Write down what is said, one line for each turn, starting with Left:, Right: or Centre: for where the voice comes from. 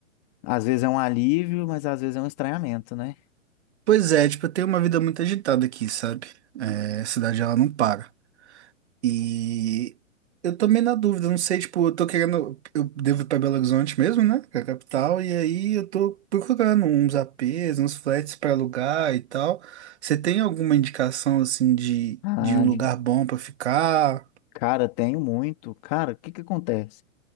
Left: às vezes é um alívio, mas às vezes é um estranhamento, né?
Right: Pois é, tipo, eu tenho uma vida muito agitada aqui, sabe? É, a cidade ela não para. E eu também na dúvida, não sei, tipo, eu tô querendo, eu devo ir pra Belo Horizonte mesmo, né, que é a capital, e aí eu tô procurando uns APs, uns flats pra alugar e tal. Você tem alguma indicação, assim, de,
Left: Ah,
Right: de um lugar
Left: de-
Right: bom pra ficar?
Left: cara, tenho muito. Cara, o que que acontece?